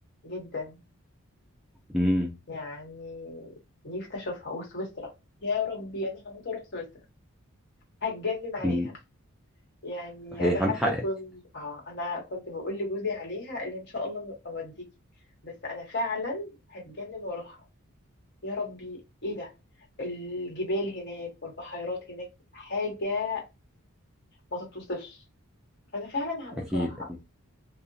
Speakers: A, on the left; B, in the centre.
A: جدا
B: مم.
A: يعني نفسي اشوفها وسويسرا يا ربي انا هموت واروح سويسرا هتجنن عليها
B: مم.
A: يعني
B: صحيح
A: انا حتى
B: عن حقك
A: كنت اه انا كنت بقول لجوزي عليها قال لي ان شاء الله اوديكي بس انا فعلا هتجنن واروحها يا ربي ايه ده الجبال هناك والبحيرات هناك حاجه ما تتوصفش انا فعلا هموت
B: اكيد
A: واروحها
B: اكيد